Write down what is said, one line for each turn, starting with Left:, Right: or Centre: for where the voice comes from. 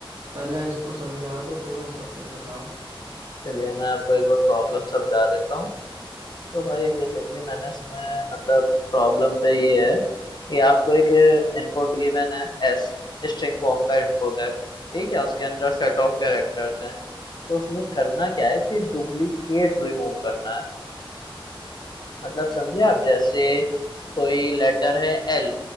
Right: पहले इसको समझा दो थोड़ा सा फिर बताओ
Left: चलिए मैं आपको एक बार प्रॉब्लम समझा देता हूँ तो भाई बेसिकली मैंने इसमें मतलब प्रॉब्लम पे ये है कि आपको एक इनपुट गिवन है एस स्ट्रिंग फॉर्म का इनपुट है ठीक है उसके अंदर सेट ऑफ कैरेक्टर्स हैं तो उसमें करना क्या है कि डुप्लीकेट रिमूव करना है मतलब समझे आप जैसे कोई लेटर है एल